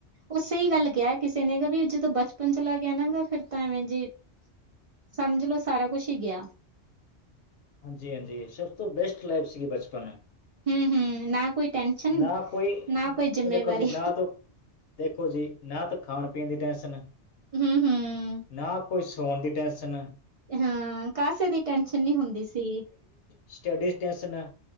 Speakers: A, on the right (about 65°); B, on the left (about 65°).
A: ੳਹ ਸਹੀ ਗੱਲ ਕੈਆ ਕਿਸੇ ਨੇ ਗਾ ਵੀ ਜਦੋਂ ਬਚਪਨ ਚਲਾ ਗਿਆ ਨਾ ਗਾ ਫੇਰ ਤਾਂ ਐਵੇਂ ਜੇ ਸਮਝ ਲੋ ਸਾਰਾ ਕੁਛ ਈ ਗਿਆ।
B: ਹਾਂਜੀ-ਹਾਂਜੀ, ਸਭ ਤੋਂ ਬੈਸਟ ਲਾਈਫ ਸੀਗੀ ਬਚਪਨ।
A: ਹੂੰ ਹੂੰ। ਨਾ ਕੋਈ ਟੈਨਸ਼ਨ
B: ਨਾ ਕੋਈ
A: ਨਾ ਕੋਈ ਜਿੰਮੇਵਾਰੀ।
B: ਦੇਖੋ ਜੀ ਨਾ ਤੋਂ ਦੇਖੋ ਜੀ ਨਾ ਤੇ ਖਾਨ- ਪੀਨ ਦੀ ਟੈਂਸ਼ਨ
A: ਹੂੰ ਹੂੰ।
B: ਨਾ ਕੋਈ ਸੋਨ ਦੀ ਟੈਸ਼ਨ
A: ਹਾਂ ਕਾਸੇ ਦੀ ਟੈਨਸ਼ਨ ਨੀ ਹੁੰਦੀ ਸੀ।
B: <unintelligible> ਸਟਡੀਸ ਟੈਸਨਾ